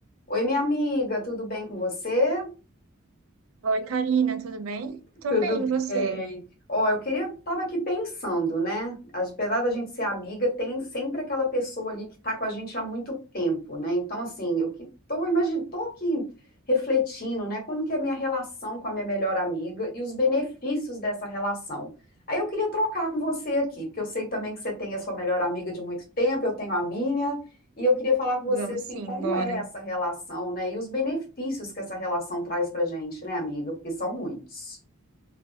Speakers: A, on the left; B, on the right.
A: Oi, minha amiga, tudo bem com você?
B: Oi, Karina, tudo bem? Tô
A: Tudo
B: bem, e você?
A: bem. Ó, eu queria, tava aqui pensando, né? Apesar da gente ser amiga, tem sempre aquela pessoa ali que tá com a gente há muito tempo, né? Então, assim, eu que tô, imagin... tô aqui refletindo, né? Como que é a minha relação com a minha melhor amiga e os benefícios dessa relação. Aí eu queria trocar com você aqui, porque eu sei também que você tem a sua melhor amiga de muito tempo, eu tenho a minha, e eu queria falar com você,
B: Vamos
A: assim,
B: sim,
A: como
B: bora.
A: é essa relação, né? E os benefícios que essa relação traz pra gente, né, amiga? Porque são muitos.